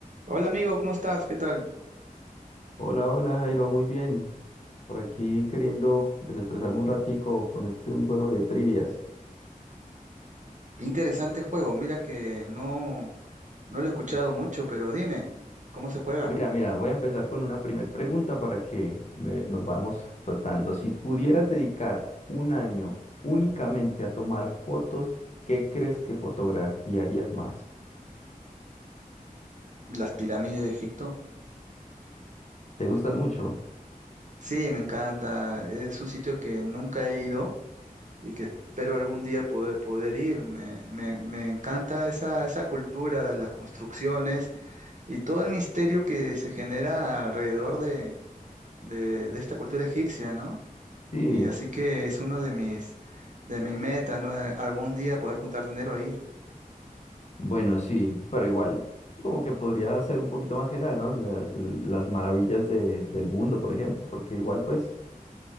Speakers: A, on the right (about 55°); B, on the left (about 50°).
A: Hola amigo, ¿cómo estás? ¿Qué tal?
B: Hola, hola Jairo, muy bien. Por aquí queriendo desestresarme un ratico con este un juego de trivias.
A: Interesante juego. Mira que no, no lo he escuchado mucho, pero dime, ¿cómo se juega?
B: Mira, mira, voy a empezar con una primer pregunta para que me- nos vamos soltando. Si pudieras dedicar un año únicamente a tomar fotos, ¿qué crees que fotografiarías más?
A: ¿Las pirámides de Egipto?
B: ¿Te gustan mucho?
A: Sí, me encanta. Es un sitio que nunca he ido y que espero algún día poder, poder ir. Me, me- me encanta esa, esa cultura, las construcciones y todo el misterio que se genera alrededor de, de, de esta cultura egipcia, ¿no?
B: Sí,
A: Y así que es uno de mis, de mi meta, ¿no? De algún día poder juntar dinero e ir.
B: bueno, sí, pero igual como que podría ser un poquito más general, ¿no? La- las maravillas de- del mundo, por ejemplo, porque igual pues